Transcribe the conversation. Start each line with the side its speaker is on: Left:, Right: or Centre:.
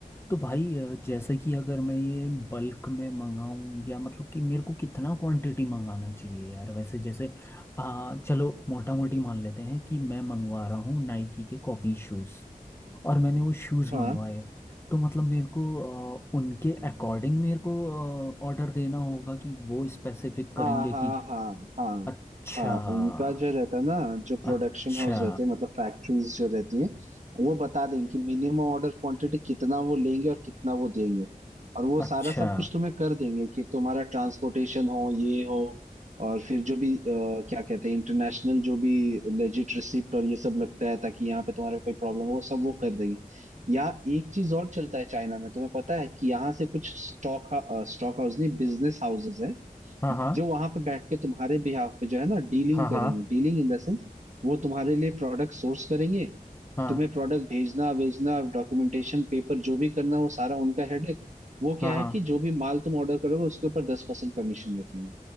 Left: तो भाई अ, जैसे कि अगर मैं ये बल्क में मंगाऊं या मतलब कि मेरे को कितना क्वांटिटी मंगाना चाहिए यार वैसे जैसे आ, चलो मोटा मोटी मान लेते हैं कि मैं मंगवा रहा हूँ नाइकी के कॉफ़ी शूज़ और मैंने वो शूज़
Right: हाँ
Left: मंगवाए तो मतलब मेरे को अ, उनके अकॉर्डिंग मेरे को ऑर्डर देना होगा कि वो स्पेसिफिक करेंगे
Right: हाँ हाँ
Left: कि
Right: हाँ हाँ
Left: अच्छा
Right: हाँ उनका जो रहता है ना जो प्रोडक्शन
Left: अच्छा
Right: हाउस रहते हैं मतलब फैक्ट्रीज जो रहती हैं वो बता देंगे कि मिनिमम ऑर्डर क्वांटिटी कितना वो लेंगे और कितना वो देंगे और वो
Left: अच्छा
Right: सारा सब कुछ तुम्हें कर देंगे कि तुम्हारा ट्रांसपोर्टेशन हो ये हो और फिर जो भी अ, क्या कहते हैं इंटरनेशनल जो भी लेजिट रिसिप्ट और ये सब लगता है ताकि यहाँ पे तुम्हारा कोई प्रॉब्लम हो वो सब वो कर देंगे या एक चीज और चलता है चाइना में तुम्हें पता है कि यहाँ से कुछ स्टॉक स्टॉक हाउस नहीं बिजनेस हाउसेज
Left: हाँ हाँ
Right: जो वहां पे बैठ के तुम्हारे बिहाफ पे जो है ना डीलिंग
Left: हाँ
Right: करेंगे
Left: हाँ
Right: डीलिंग इन द सेंस वो तुम्हारे लिए प्रोडक्ट सोर्स करेंगे
Left: हाँ
Right: तुम्हें प्रोडक्ट भेजना भेजना डॉक्यूमेंटेशन पेपर जो भी करना वो सारा उनका हेडेक वो क्या
Left: हाँ हाँ
Right: है कि जो भी माल तुम ऑर्डर करोगे उसके ऊपर दस परसेंट कमीशन रखेंगे